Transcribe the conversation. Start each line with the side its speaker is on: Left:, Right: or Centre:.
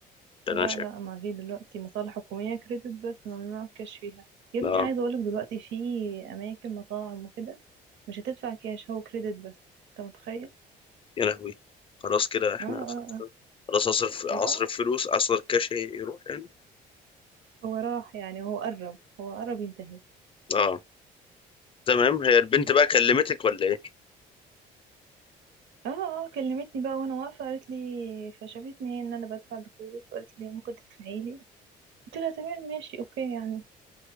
Left: ده
Right: لا
Left: انا شايف
Right: لا ما في دلوقتي مصالح حكومية كريدت بس ممنوع الكاش فيها يا ابني
Left: اه
Right: عايزة اقولك دلوقتي في اماكن مطاعم وكده مش هتدفع كاش هو كريدت بس انت متخيل
Left: يا لهوي خلاص كده احنا
Right: اه اه اه
Left: خلاص اصرف اصرف
Right: واه
Left: فلوس اصرف كاش هي- يروح يعني
Right: هو راح يعني هو قرب هو قرب ينتهي
Left: اه تمام هي البنت بقى كلمتك ولا ايه
Right: اه اه كلمتني بقى وانا واقفه قالت لي فشافتني هي ان انا بدفع بكريدت فقالت لي ممكن تدفعي لي قلت لها تمام ماشي اوكي يعني